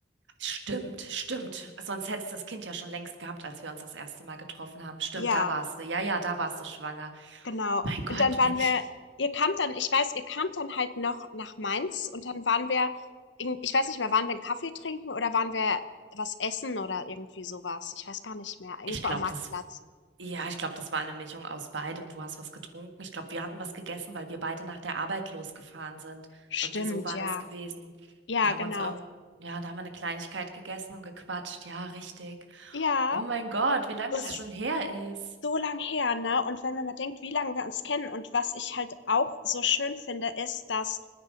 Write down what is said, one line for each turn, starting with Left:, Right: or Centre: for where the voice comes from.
Right: Stimmt, stimmt. Sonst hättest du das Kind ja schon längst gehabt, als wir uns das erste Mal getroffen haben. Stimmt,
Left: Ja,
Right: da warst du. Ja, ja, da warst du schwanger.
Left: genau.
Right: Mein Gott,
Left: Und dann waren
Right: wenn ich,
Left: wir, ihr kamt dann, ich weiß, ihr kamt dann halt noch nach Mainz und dann waren wir, irgend- ich weiß nicht mehr, waren wir einen Kaffee trinken oder waren wir was essen oder irgendwie sowas. Ich weiß gar nicht mehr. Irgendwo
Right: ich glaube,
Left: am Marktplatz.
Right: das Ja, ich glaube, das war eine Mischung aus beidem. Du hast was getrunken. Ich glaube, wir hatten was gegessen, weil wir beide nach der Arbeit losgefahren sind.
Left: Stimmt,
Right: Irgendwie so war
Left: ja.
Right: das gewesen.
Left: Ja,
Right: Da haben
Left: genau.
Right: wir uns irgend, ja, da haben wir eine Kleinigkeit gegessen und gequatscht. Ja, richtig.
Left: Ja,
Right: Oh mein Gott, wie lange
Left: das
Right: das
Left: ist
Right: schon her ist.
Left: so lang her, ne? Und wenn man mal denkt, wie lange wir uns kennen und was ich halt auch so schön finde, ist, dass